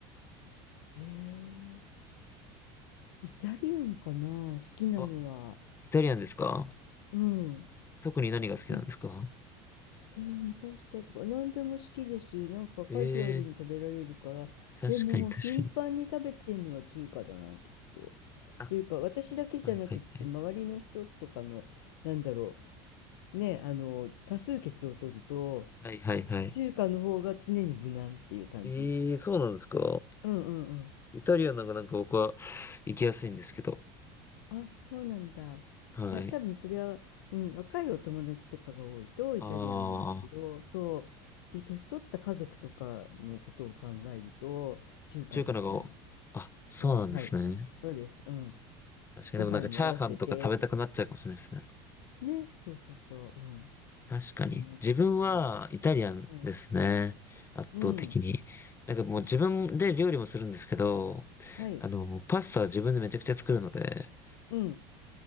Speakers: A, on the left; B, on the left.
A: へえ、イタリアンかな、好きなのは。
B: あ、イタリアンですか
A: うん。
B: 特に何が好きなんですか
A: で、えーパスタとか何でも好きです。なんかカジュアルに食べられるから。
B: ええー、
A: でも、
B: 確かに確かに。
A: 頻繁に食べてんのは中華だな、きっと。
B: あ、
A: っていうか、私だけじゃなくって、
B: はいはいはい。
A: 周りの人とかの、なんだろう、ね、あの、多数決を取ると、
B: はいはいはい。
A: 中華の方が常に無難っていう感じ。
B: ええー、そうなんですか
A: うんうんうん。
B: イタリアンの方がなんか僕は行きやすいんですけど。
A: あ、そうなんだ。
B: はい。
A: いや、多分それは、うん、若いお友達とかが多いとイタリアンなんだけど、
B: ああ、
A: そう、じ、年取った家族とかのことを考えると、中華になっちゃいます。
B: 中華の方が、あ、そうなんですね。
A: おい、はい。そうです。うん。
B: 確かにでもなんかチャーハンとか食べたくなっちゃうかもしれないですね。
A: ご飯に合わせてとか。ね、そうそうそう。うん。
B: 確かに。
A: そんな感じです。
B: 自分はイタリアンですね。
A: うん。
B: 圧倒的に。
A: うん。
B: なんかもう自分で料理もするんですけど、
A: はい。
B: あの、パスタは自分でめちゃくちゃ作るので、
A: うん。